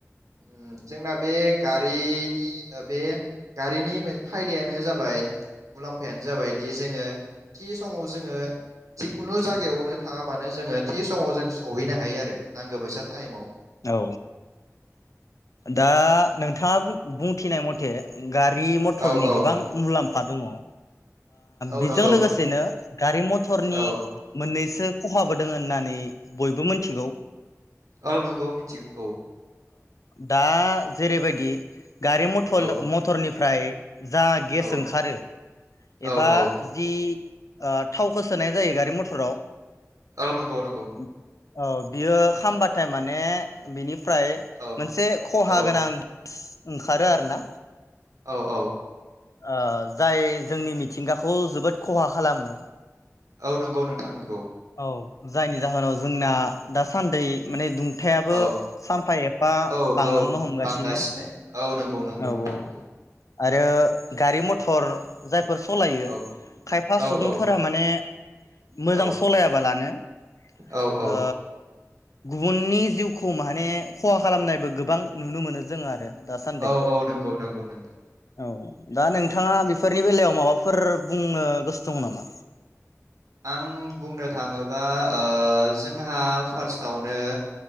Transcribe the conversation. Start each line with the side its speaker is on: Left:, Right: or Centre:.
Right: उम जोंना बे गारिनि ओ बे गारिनि मो फायदायानो जाबाय मुलाम्फायानो जाबायदि जोङो थि समाव जोङो जिखुनु जागायावनो थाङा मानो जोङो थि समाव जों सहैनो हायो आरो नांगौ बायसा टाइमाव
Left: औ दा नोंथाङा बुं बुंथिनाय मथे गारि मथरनि
Right: औ औ
Left: गोबां मुलाम फा दङ' ओ
Right: औ
Left: बिजों
Right: नंगौ
Left: लोगोसेनो गारि मथरनि
Right: औ
Left: मोननैस- सो खहाबो दोंङो होननानै बयबो मोनथिगौ
Right: औ नंगौ मिथिगौ औ
Left: दा जेरैबायदि गारि मथलद
Right: औ
Left: मथरनि फ्राय जा गेस
Right: औ
Left: ओंखारो एबा
Right: औ औ
Left: जि ओ थावखौ सोनाय जायो गारि मथराव
Right: औ नंगौ नंगौ
Left: <unintelligible> औ बियो खामबाथाय मान- ने बिनि फ्राय
Right: औ
Left: मोनसे खहा
Right: औ
Left: गोनां ओंखारो आरो ना
Right: औ औ
Left: ओ जाय जोंनि मिथिंगाखौ जोबोद खहा खालामो
Right: औ नंगौ नोंथां नंगौ
Left: औ जायनि जाहोनाव जोंना दासान्दै माने दुं थायाबो
Right: औ
Left: सानफा एफा
Right: औ
Left: बांलांनो
Right: औ
Left: हमगासिनो
Right: बांगासिनो औ नंगौ नंगौ
Left: औ
Right: नोंथां
Left: औ
Right: नंगौ
Left: आरो गारि मथ'र जाय फोर सलायो
Right: औ
Left: खायफा
Right: औ
Left: सुबुंफोरा
Right: औ
Left: माने मोजां
Right: औ
Left: स सलायाबालानो ओ
Right: औ औ
Left: गुबुननि जिउखौ माने खहा खालामनायबो गोबां नुनो मोनो जोङो आरो दासान्दि
Right: औ औ नोंगौ नोंगौ नोंथां
Left: औ दा नोंथाङा बेफोरनि बेलायाव माबाफोर बुंनो गोसो दङ' नामा?
Right: आं बुंनो थाङोबा ओ जोंहा फार्स्टआवनो